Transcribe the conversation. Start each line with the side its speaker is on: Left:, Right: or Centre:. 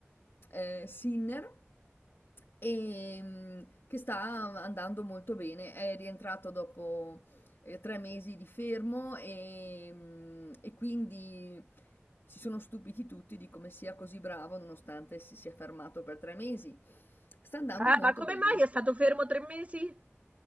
Left: eh, Sinner e, mh, che sta andando molto bene. È rientrato dopo eh, tre mesi di fermo e, mh, e quindi si sono stupiti tutti di come sia così bravo nonostante si sia fermato per tre mesi. Sta andando
Right: Ah,
Left: molto
Right: ma come
Left: bene.
Right: mai è stato fermo tre mesi?